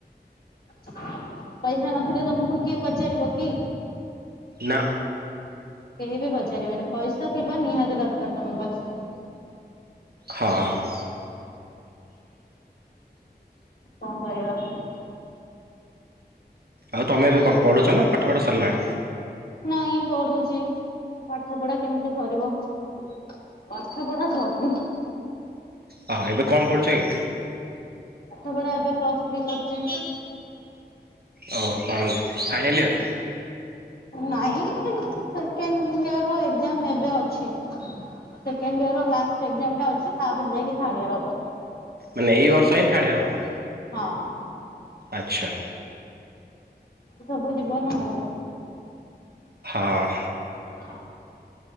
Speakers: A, on the left; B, on the right.
A: ପଇସା ନଥିଲେ ତମକୁ କିଏ ପଚାରିବ କି?
B: ନା।
A: କେହି ବି ପଚାରିବେନି ପଇସା ଥିବା ନିହାତି ଦରକାର ତମ ପାଖରେ
B: ହଁ ହଁ।
A: କଣ କରିବା?
B: ଆଉ ତମେ ଏବେ କଣ ପଢୁଛ ନା ପାଠ ପଢା ସାରିଲାଣି?
A: ନାଇଁ ପଢୁଛି ପାଠ ପଢା କେମିତି ସରିବ। ପାଠପଢା ସରିନି।
B: ହଁ ଏବେ କଣ ପଡୁଛ କି?
A: ପାଠ ପଢା ଏବେ ପ୍ଲସ ଥ୍ରୀ କରୁଚି।
B: ଓହୋ କଲ ଫାଇନାଲ ଇୟର?
A: ନାଇଁ ସେକେଣ୍ଡ ଇଅର ଏଜାମ ଏବେ ଅଛି। ସେକେଣ୍ଡ ଇୟର ର ଲାଷ୍ଟ ଏକ୍ଜାମ ଟା ଅଛି, ତାପରେ ଯାଇକି ଥାର୍ଡ ଇୟର ହବ।
B: ମାନେ ଏଇ ବର୍ଷ ହିଁ ଥାର୍ଡ଼ ଇୟର ହବ।
A: ହଁ।
B: ଆଚ୍ଛା।
A: ସବୁ ଯିବନ ଆଉ।
B: ହଁ।
A: <unintelligible>